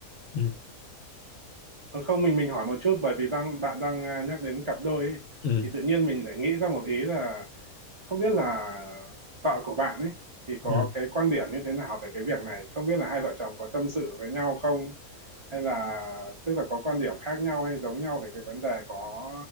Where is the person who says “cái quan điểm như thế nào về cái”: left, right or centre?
Right